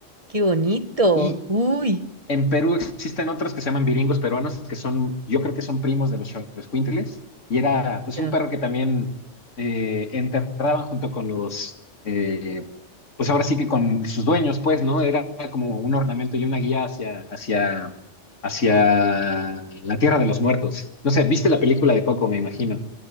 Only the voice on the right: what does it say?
¡Qué bonito!
Uy.
ya.